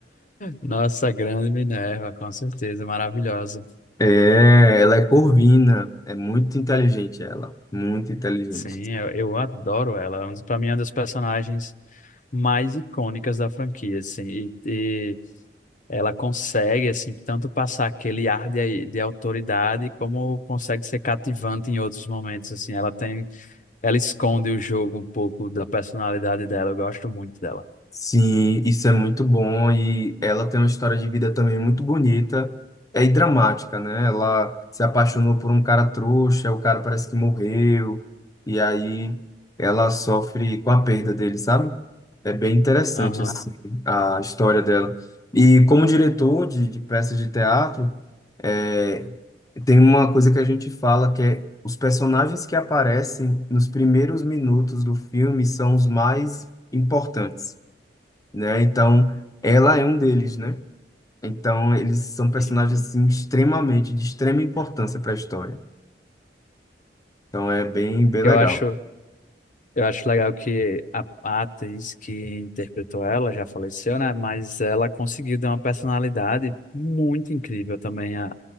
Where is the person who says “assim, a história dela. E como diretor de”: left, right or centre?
Left